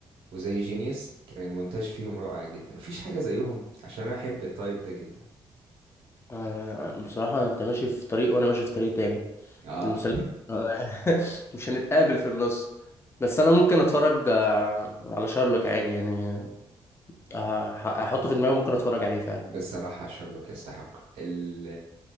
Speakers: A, on the right; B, on the left.
A: وزي جينيوس كان المونتاج فيهم رائع جدا مفيش حاجة زيهم عشان أنا أحب التايب ده جدا
B: آه، بصراحة انت ماشي في طريق وانا ماشي في طريق تاني
A: آه
B: المسل... <laughs> مش هنتقابل في النص بس انا ممكن اتفرج آه، على شارلوك عادي يعني آه، هح- هحطه في دماغي ممكن اتفرج عليه
A: <laughs>
B: فعلا
A: بصراحة شارلوك يستحق ال